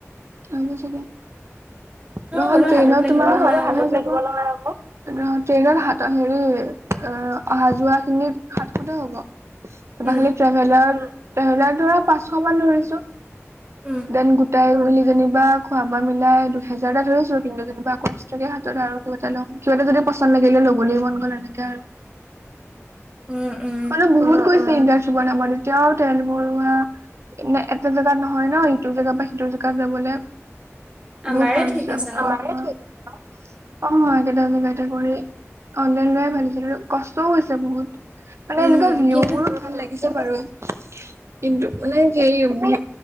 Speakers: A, on the right; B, on the right.
A: <unintelligible> নহয়
B: হ'লেও
A: ট্ৰেইনত
B: হাতত লাগিব
A: তোমাৰ <unintelligible>
B: নহয় আকৌ।
A: ট্ৰেইনত হাত হেৰি এ অহা যোৱাখিনিত সাতশতে হ'ব। তাৰপা
B: উম,
A: খালি ট্ৰেভেলাৰ, ট্ৰেভেলাৰটোৰো পাঁচশ মান ধৰিছোঁ
B: উম,
A: দেন গোট চাই মেলি যেনিবা খোৱা বোৱা মিলাই দুহেজাৰ এটা ধৰিছো কিন্তু যেনিবা আকৌ একস্টাকে হাতত আৰু কিবা এটা লম কিবা এটা যদি পচন্দ লাগিলে ল'বলৈ মন গ'ল এনেকে
B: <inaudible> উম,
A: হয় বহুত গৈছে ইণ্ডাৰ চুব নামত তেতিয়াও তেল বৰুৱা <unintelligible> মে এটা জেগাত নহয় ন ইটো জেগা পা সিটো জেগাত যাবলে
B: আমাৰে
A: বহুত খৰচ
B: ঠিক
A: হৈছে
B: আছে
A: <unintelligible>
B: ন?
A: টা জেগাতে কৰি অনলাইন লোৱাই ভাল আছিলে কষ্টও হৈছে বহুত মানে
B: উম,
A: এনেকুৱা ভিউবোৰো
B: কিন্তু
A: ভাল লাগিছে বাৰু। কিন্তু মানে হেৰি ম